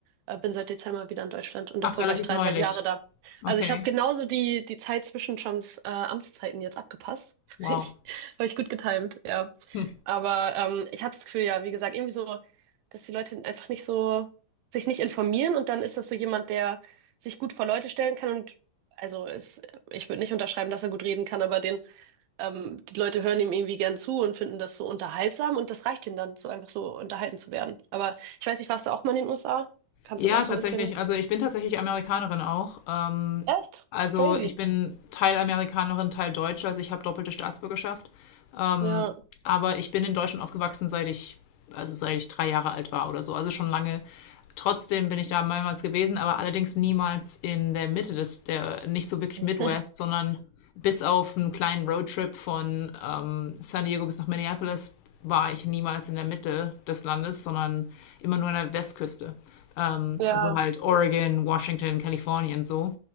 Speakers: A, on the right; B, on the left.
A: äh, bin seit Dezember wieder in Deutschland und
B: Ach,
A: davor
B: relativ
A: war ich dreieinhalb
B: neulich.
A: Jahre da.
B: Okay.
A: Also ich habe genauso die, die Zeit zwischen Trumps äh, Amtszeiten jetzt abgepasst. <laughs>
B: Wow.
A: Ich, habe ich gut getimt, ja.
B: Hm.
A: Aber ähm, ich hatte das Gefühl, ja, wie gesagt, irgendwie so, dass die Leute einfach nicht so sich nicht informieren und dann ist das so jemand, der sich gut vor Leute stellen kann und also ist, ich würde nicht unterschreiben, dass er gut reden kann, aber den, ähm, die Leute hören ihm irgendwie gern zu und finden das so unterhaltsam und das reicht ihnen dann, so einfach so unterhalten zu werden. Aber ich weiß nicht, warst du auch mal in den USA? Kannst
B: Ja,
A: du das auch so
B: tatsächlich.
A: ein bisschen?
B: Also ich bin tatsächlich Amerikanerin auch. Ähm,
A: Echt?
B: also
A: Crazy.
B: ich bin Teil Amerikanerin, Teil Deutsche, also ich habe doppelte Staatsbürgerschaft. Ähm,
A: Ja.
B: aber ich bin in Deutschland aufgewachsen, seit ich, also seit ich drei Jahre alt war oder so. Also schon lange. Trotzdem bin ich da mehrmals gewesen, aber allerdings niemals in der Mitte des, der, nicht so wirklich
A: <laughs>
B: Midwest, sondern bis auf einen kleinen Roadtrip von ähm, San Diego bis nach Minneapolis war ich niemals in der Mitte des Landes, sondern immer nur an der Westküste. Ähm,
A: Ja.
B: also halt Oregon, Washington, Kalifornien so.